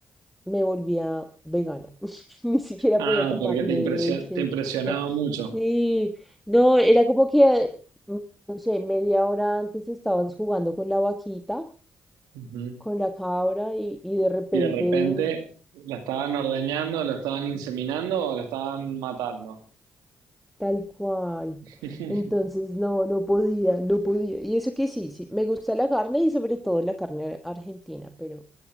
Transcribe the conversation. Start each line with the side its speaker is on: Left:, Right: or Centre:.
Centre: me volvía vegana. <laughs> Ni siquiera
Right: Ah,
Centre: podía tomar
Right: porque
Centre: leche.
Right: te impresio- te impresionaba
Centre: Ah,
Right: mucho.
Centre: Sí, no, era como que, mm, no sé, media hora antes estabas jugando con la vaquita,
Right: Ujú.
Centre: con la cabra y, y de repente
Right: y de repente la estaban ordeñando, la estaban inseminando o la estaban matando.
Centre: tal cual.
Right: <laughs>
Centre: Entonces, no, no podía, no podía. Y eso que sí, sí, me gusta la carne y sobre todo la carne argentina, pero